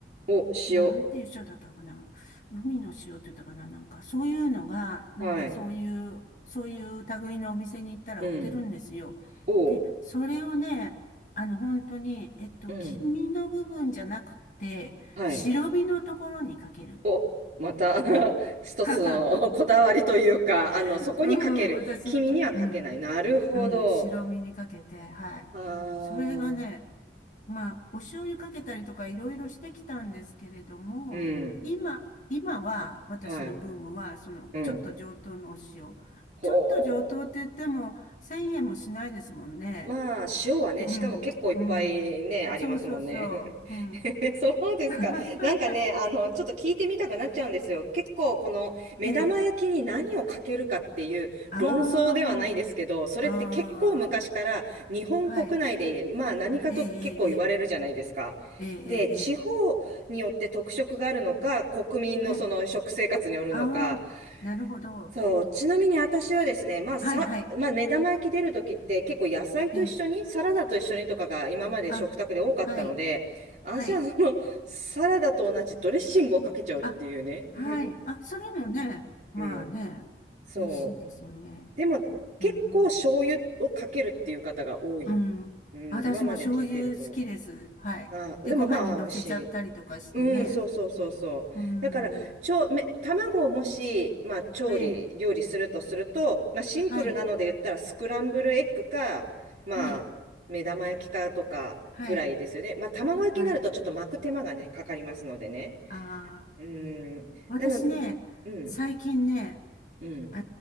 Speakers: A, on the right; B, on the left.
A: お、塩。
B: なんていう塩だったかな。海の塩って言ったかな。なんか、そういうのが、なんかそういう、
A: はい。
B: そういう類のお店に行ったら売ってるんですよ。
A: うん。おう。
B: で、それをね、あの、本当に、えっと、
A: うん。
B: 黄身の部分じゃなくて、
A: はい。
B: 白身のところにかける。
A: お、また <laughs>
B: ああ
A: 一つの <laughs> こだわりというか、あの、
B: <laughs>
A: そこにかける。
B: うん、私のこ、
A: 君にはかけない。
B: うん、
A: なるほど。
B: うん、白身にかけて、はい。
A: ああ、
B: それがね、まあ、お醤油かけたりとかいろいろしてきたんですけれども、
A: うん。
B: 今、今は、私のブームは、
A: はい。
B: その、
A: うん。
B: ちょっと上等のお塩。
A: ほう。
B: ちょっと上等って言っても、1000円もしないですもんね。
A: まあ、塩はね、
B: うん、
A: しかも結構いっぱいね、
B: うん。
A: ありますもんね。
B: そうそうそう、うん。
A: <laughs> そうですか。
B: <laughs>
A: なんかね、あの、ちょっと聞いてみたくなっちゃうんですよ。結構、この目玉焼きに何をかけるかっていう論争ではないですけど、
B: ええ。ああ、
A: それって結構昔から日本国内で、
B: ああ、はい。
A: まあ何かと結構言われるじゃないですか。
B: ええ、ええ、ええ、ええ、
A: で、地方によって特色があるのか、
B: ええ。
A: 国民のその食生活によるのか、
B: はい。ああ、なるほど。
A: そう、ちなみに私はですね、まあさ、
B: はい、はい。
A: まあ、目玉焼き出るときって結構野菜と一緒に、
B: ええ、
A: サラダと一緒にとかが今まで食卓で多かったので、
B: あ、はい、
A: 私はそのサラダと同じドレッシングをかけちゃうっていうね。
B: はい。あ、はい。
A: <laughs>
B: あ、それもね、まあね、
A: うん、そ
B: 美味しいですよね。
A: う。でも結構醤油をかけるっていう方が多い。
B: うん。うん。
A: うん、
B: 私も醤油好きです。
A: 今まで聞いてると。
B: はい。
A: あ、でもまあ美味しい。
B: で、ご飯に乗せちゃったりとかしてね。
A: うん、そうそうそうそう。
B: うん。
A: だから、ちょ、め、卵をもし、まあ、調理、
B: ええ、
A: 料理するとすると、まあ、シンプルなので言ったら、
B: はい、
A: スクランブルエッグか、まあ、
B: はい、
A: 目玉焼きかとかぐらいですよね。
B: はい、
A: まあ、卵焼きになると、
B: はい。
A: ちょっと巻く手間がね、かかりますのでね。
B: ああ、
A: うん。
B: 私ね、
A: なので、うん、
B: 最近ね、
A: うん、
B: え